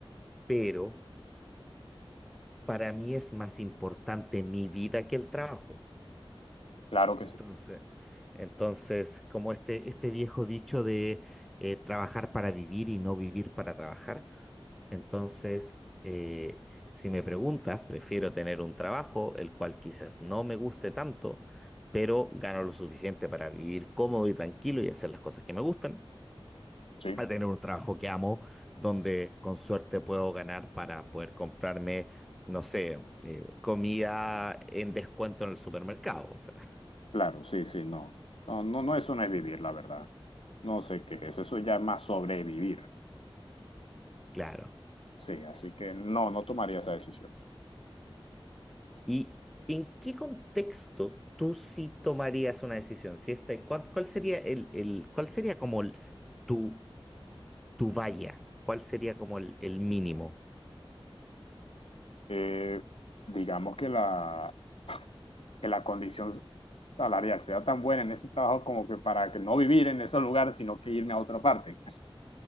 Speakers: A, in the centre; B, on the left.
A: pero para mí es más importante mi vida que el trabajo.
B: Claro
A: Entonces,
B: que sí.
A: entonces, como este, este viejo dicho de eh, trabajar para vivir y no vivir para trabajar, Entonces, eh, si me preguntas, prefiero tener un trabajo, el cual quizás no me guste tanto, pero gano lo suficiente para vivir cómodo y tranquilo y hacer las cosas que me gustan,
B: Sí.
A: a tener un trabajo que amo, donde con suerte puedo ganar para poder comprarme, no sé, eh, comida en descuento en el supermercado. O sea, <laughs>
B: Claro, sí, sí, no. No, no, no, eso no es vivir, la verdad. No sé qué es eso, eso ya es más sobrevivir.
A: claro.
B: Sí, así que no, no tomaría esa decisión.
A: ¿Y en qué contexto tú sí tomarías una decisión? Si esta, ¿cuál, cuál sería el, el- cuál sería como el- tu tu valla? ¿Cuál sería como el, el mínimo?
B: Eh, digamos que la, que la condición salarial sea tan buena en ese trabajo como que para que no vivir en ese lugar, sino que irme a otra parte.